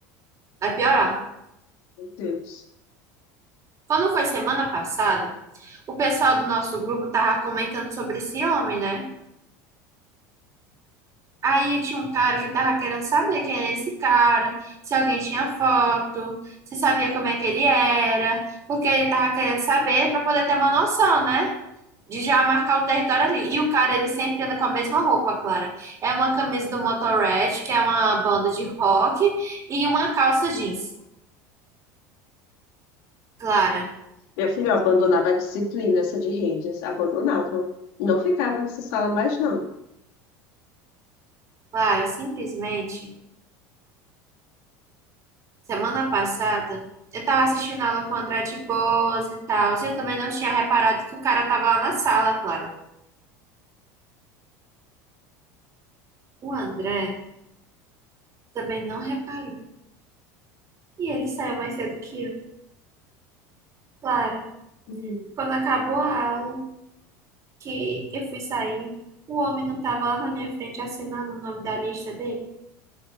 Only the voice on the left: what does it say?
meu Deus.
Minha filha, eu abandonava a disciplina, essa de redes, abandonava. Não ficava nessa sala mais, não.
Hum.